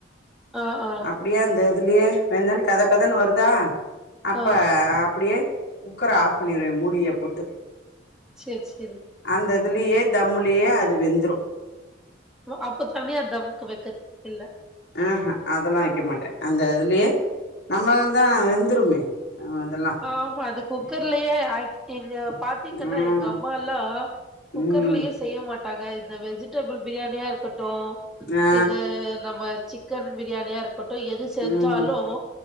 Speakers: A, in the centre; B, on the left.
A: ஆ ஆ
B: அப்டியே அந்த அதுலயே வெந்தவுன்னே கதகதன்னு வருதா அப்ப
A: ஆ
B: அப்படியே குக்கர ஆஃப் பண்ணிருவேன் மூடிய போட்டு.
A: சேரி சேரி
B: அந்ததுலயே தம்முலியே அது வெந்துரும்.
A: அப்ப தனியா தம் க்கு வைக்கது இல்ல
B: ஆஹ் ஹ அதெல்லாம் வைக்க மாட்டேன் அந்த இதுலயே நம்மள தான் வெந்துருமே அதெல்லா
A: ஆமா அது குக்கர்லயே ஆ எங்க பாத்தீங்கன்னா
B: ம்
A: எங்க அம்மாலாம் ஆஹ குக்கர்லயே
B: ம்
A: செய்ய மாட்டோம் டாங்க இந்த வெஜிடபிள் பிரியாணியா இருக்க ட்டும்
B: ஆ
A: இது நம்ம சிக் சிக்கன் பிரியாணியா இருக்கு போட்டு எது செஞ்சாலும்
B: ம்